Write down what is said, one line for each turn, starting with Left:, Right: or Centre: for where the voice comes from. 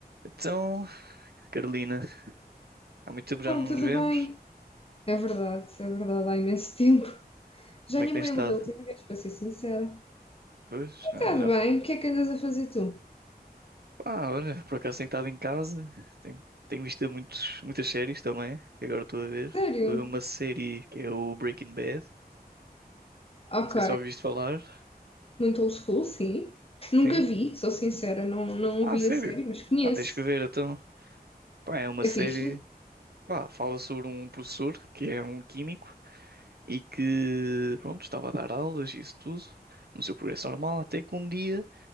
Right: Então, Carolina, há muito tempo já
Left: Não,
Right: não
Left: tudo
Right: nos vemos.
Left: bem. É verdade, é verdade, há imenso tempo. Já
Right: Como
Left: nem
Right: é que
Left: me
Right: tens
Left: lembro
Right: estado?
Left: da última vez, para ser sincera.
Right: Pois,
Left: E
Right: ah,
Left: Está bem,
Right: já-
Left: o que é que andas a fazer tu?
Right: ah, olha, por acaso tenho estado em casa, tenho, tenho visto muitos, muitas séries também, que agora estou a ver.
Left: Sério?
Right: Estou a ver uma série que é o Breaking Bad,
Left: Ok,
Right: não sei se já ouviste falar.
Left: muito old school, sim. Nunca
Right: Sim?
Left: vi, sou sincera, não, não
Right: Ah,
Left: vi
Right: sério?
Left: a série, mas conheço.
Right: Ah, tens que ver então. Pá, é uma
Left: É
Right: série,
Left: fixe?
Right: pá, fala sobre um professor que é um químico e que, pronto, estava a dar aulas e isso tudo, no seu progresso normal, até que um dia